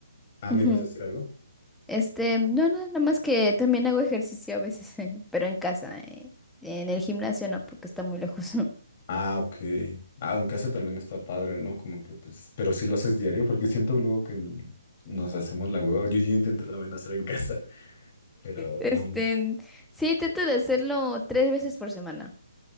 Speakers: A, on the left; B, in the centre.
A: ah,
B: ujú,
A: ¿me ibas a decir algo?
B: este, no, no, nada más que también hago ejercicio a veces, <laughs> pero en casa, eh, En el gimnasio no, porque está muy lejos. <laughs>
A: Ah, ok. Ah, en casa también está padre, ¿no? Como que pues, pero si lo haces diario, porque siento luego que n- nos hacemos la hueva. Yo, yo intenté también hacer en casa, pero
B: Este,
A: no.
B: sí, trato de hacerlo tres veces por semana.